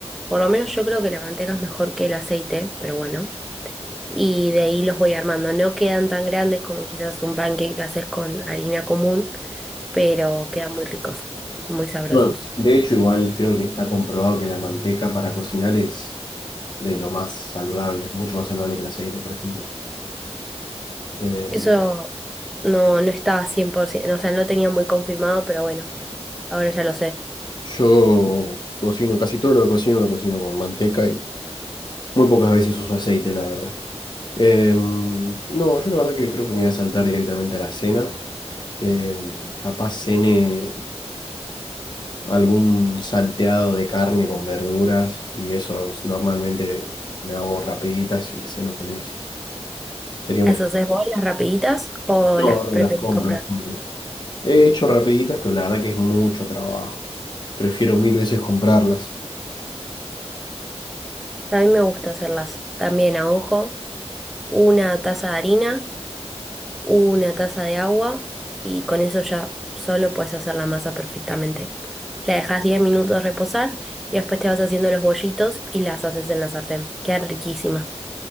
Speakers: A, in the centre; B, on the left.
A: Por lo menos yo creo que la manteca es mejor que el aceite, pero bueno. Y de ahí los voy armando. No quedan tan grandes como quizás un pancake hacer con harina común, pero quedan muy ricos, son muy sabrosos.
B: Bueno, de hecho, igual creo que está comprobado que la manteca para cocinar es de lo más saludable, es mucho más saludable que el aceite, por ejemplo. Eh,
A: Eso no, no estaba 100%, o sea, no tenía muy confirmado, pero bueno, ahora ya lo sé.
B: yo cocino, casi todo lo que cocino lo cocino con manteca y Muy pocas veces uso aceite, la verdad. Em, no, yo la verdad que creo que me voy a saltar directamente a la cena. Em, capaz cene algún salteado de carne con verduras y eso normalmente me hago rapiditas y ceno con eso. Sería una...
A: ¿Las haces vos las rapiditas o
B: No,
A: las preferís
B: no las compro,
A: comprar?
B: las compro. He hecho rapiditas, pero la verdad que es mucho trabajo. Prefiero mil veces comprarlas.
A: A mí me gusta hacerlas también a ojo. Una taza de harina, una taza de agua y con eso ya solo puedes hacer la masa perfectamente. La dejas 10 minutos reposar y después te vas haciendo los bollitos y las haces en la sartén. Quedan riquísimas.